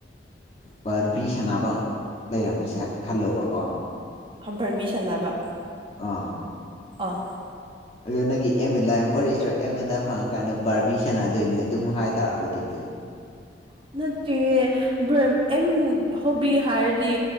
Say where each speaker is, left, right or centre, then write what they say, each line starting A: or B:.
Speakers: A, on the left; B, on the right.
A: ꯕꯔꯕꯤ ꯁꯥꯟꯅꯕ ꯂꯩꯔꯝꯃꯁꯦ ꯈꯜꯂꯣꯕꯀꯣ
B: ꯕꯔꯕꯤ ꯁꯅꯕ
A: ꯑꯥ
B: ꯑꯥ
A: ꯑꯗꯣ ꯅꯪꯒꯤ aim in life <unintelligible> M in life ꯍꯪꯉꯀꯥꯟꯗ ꯕꯥꯔꯕꯤ ꯁꯥꯟꯅꯗꯣꯏꯅꯤ ꯑꯗꯨꯝ ꯍꯥꯏ ꯇꯥꯔꯕ ꯑꯗꯨꯗꯤ
B: <inaudible> ꯅꯠꯇꯦꯍꯦ ꯑꯦꯝ ꯍꯣꯕꯤ ꯍꯥꯏꯔꯗꯤ